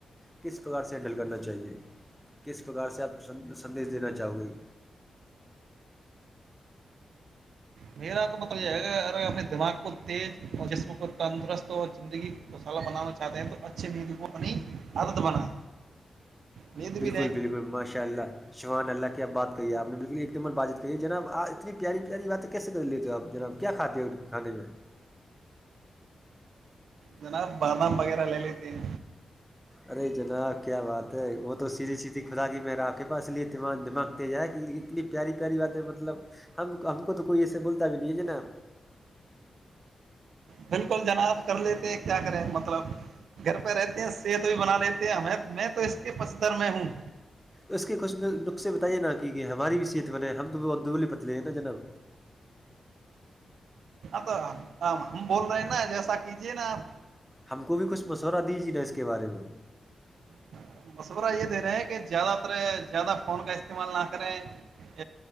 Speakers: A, in the centre; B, on the right (about 80°).
A: کس پرکار سے ہینڈل کرنا چاہیے کس پرکار سے آپ سندیش دینا چاہو گے
B: میرا تو مطلب یہ ہے ا اپنے دماغ کو تیز اور جسم کو تندرست اور زندگی مسالہ بنانا چاہتے ہیں تو اچھے میند کو اپنی عرد بنائیں نیند
A: بالکل
B: بھی لیں
A: بالکل ماشاء اللہ شمان اللہ کی آپ باتی آپ نے بالکل ایک نمبر بات چیت کیی جنابپ اتنی پیاری پیاری باتیں کیسے کر لیتے ہو آپ جناب کیا کھاتی کھدے میں
B: جناب بادام وغیرہ لے لی ت
A: ارے جناب کیا بات ہے وہ تو سیدھی سیدھی خھدا کی میرا آپ کے پاس اس لیےا دماغ تیز آ ہے کہ اتنی پیاری پیاری بات ہے مطلب ہم ہم کو تو کوئی ایسے بولتا بھی نہیں ہے جے نا
B: بالکل جناب کر لیتے کیا کریں مطلب گھر پہ رہتے ہیں صحت بھی بنا لیتے ہیں میں تو اس کے پستر میں ہوں
A: تو اس کے کچھ نقخے بتائیے نا کہ کہ ہماری بھی صحت بنےے ہم تو بدبل پتلے ہیں نا جناب
B: ہاں تو ہم بول رہے ہیں نا جیسا کیجیے نا آپ
A: ہم کو بھی کچھ مشورہ دیجی نا اس کے بارے میں
B: آپ مشورہ یہ دے رہے ہیں کہ زیادہ تر زیادہ فون کا استعمال نہ کریں